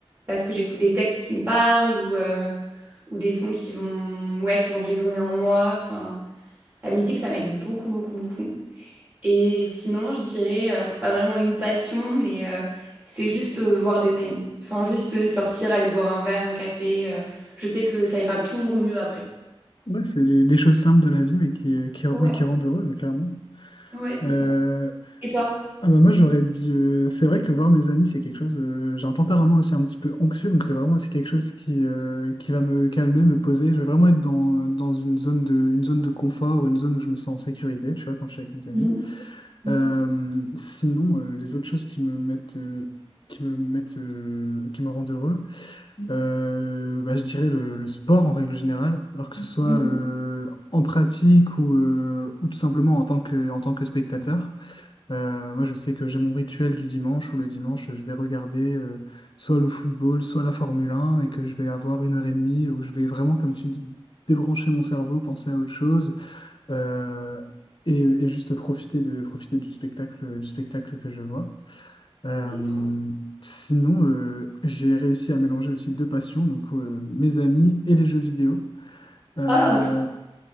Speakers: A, on the right (about 15°); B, on the left (about 50°).
A: parce que j'écoute des textes qui me parlent ou, euh, ou des sons qui vont, ouais, qui vont résonner en moi. Enfin, la musique, ça m'aide beaucoup, beaucoup, beaucoup. Et sinon, je dirais, alors c'est pas vraiment une passion, mais euh, c'est juste euh, voir des amis. Enfin, juste euh, sortir, aller boire un verre, un café. euh, je sais que ça ira toujours mieux après.
B: Ouais, c'est les choses simples de la vie, mais qui, euh, qui,
A: Ouais,
B: mais qui rendent heureux, euh, clairement.
A: ouais, c'est
B: Euh,
A: ça. Et toi?
B: ah bah moi, j'aurais dit... euh, c'est vrai que voir mes amis, c'est quelque chose... euh, j'ai un tempérament aussi un petit peu anxieux, donc c'est vraiment aussi quelque chose qui, euh, qui va me calmer, me poser. Je vais vraiment être dans, dans une zone de, une zone de confort, une zone où je me sens en sécurité, tu vois, quand je suis avec mes amis.
A: Mhm, mhm,
B: Euh, sinon, euh, les autres choses qui me mettent, euh, qui me mettent, euh, qui me rendent heureux, euh, bah, je dirais le, le sport en règle générale, alors que ce soit
A: mhm.
B: Mhm. euh, en pratique ou, euh, ou tout simplement en tant que, en tant que spectateur. Euh, moi, je sais que j'ai mon rituel du dimanche où le dimanche, je vais regarder euh, soit le football, soit la Formule 1 et que je vais avoir une heure et demie où je vais vraiment, comme tu dis, débrancher mon cerveau, penser à autre chose euh, et, et juste profiter de profiter du spectacle du spectacle que je vois. Euh,
A: Ok, trop.
B: sinon, euh, j'ai réussi à mélanger aussi deux passions, donc euh, mes amis et les jeux vidéo. Euh,
A: Ah, trop.